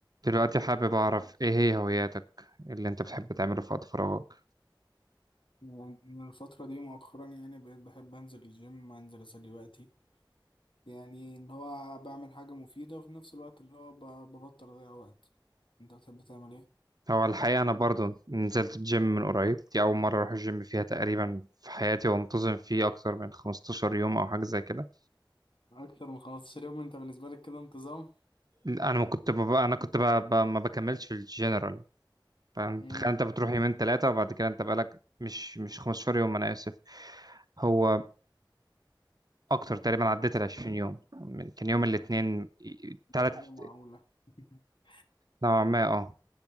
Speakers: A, on the right (about 50°); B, on the left (about 85°).
A: دلوقتي حابب أعرف إيه هي هواياتك اللي أنت بتحب تعمله في وقت فراغك
B: يعني أنا الفترة دي مؤخرا يعني بقيت بحب أنزل الجيم أنزل أسلي وقتي يعني إن هو بعمل حاجة مفيدة وفي نفس الوقت اللي هو ب- ببطل أضيع وقت أنت بتحب تعمل إيه؟
A: هو الحقيقة أنا برضو نزلت الجيم من قريب دي أول مرة أروح الجيم فيها تقريبا في حياتي وانتظم فيه أكتر من 15 يوم أو حاجة زي كده
B: أكتر من 15 يوم أنت بالنسبة لك كده انتظام؟
A: أنا ما كنت ببقى أنا كنت ببقى ببقى ما بكملش في الجنرال فاهم؟
B: <laughs>
A: تخيل أنت
B: امم
A: بتروح يومين ثلاثة وبعد كده أنت بقالك مش مش 15 يوم أنا آسف هو أكتر تقريبا عديت ال 20 يوم من- كان يوم الاثنين ثلاث
B: كده معقولة <laughs>
A: نوعا ما أه